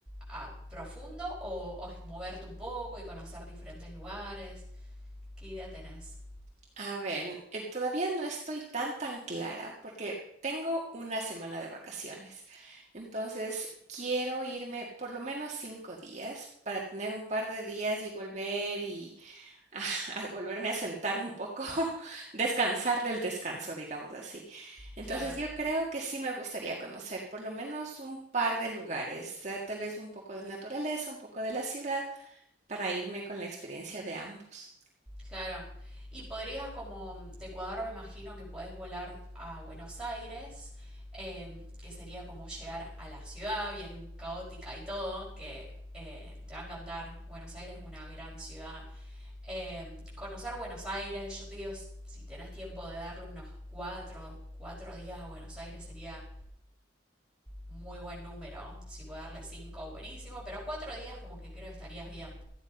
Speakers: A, in the centre; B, on the right.
A: a profundo o, o moverte un poco y conocer diferentes lugares. ¿Qué idea tenés?
B: A ver, eh, todavía no estoy tan, tan clara porque tengo una semana de vacaciones. Entonces, quiero irme por lo menos cinco días para tener un par de días y volver y <laughs> a- a volverme a sentar un poco, <laughs> descansar del descanso, digamos así. Entonces,
A: Claro.
B: yo creo que sí me gustaría conocer por lo menos un par de lugares, eh, tal vez un poco de naturaleza, un poco de la ciudad, para irme con la experiencia de ambos.
A: Claro. Y podrías como de Ecuador me imagino que podés volar a Buenos Aires, eh, que sería como llegar a la ciudad bien caótica y todo, que eh, te va a encantar. Buenos Aires es una gran ciudad. Eh, conocer Buenos Aires, yo te digo, si tenés tiempo de darle unos cuatro, cuatro días a Buenos Aires sería muy buen número. Si puedo darle cinco, buenísimo, pero cuatro días como que creo que estarías bien.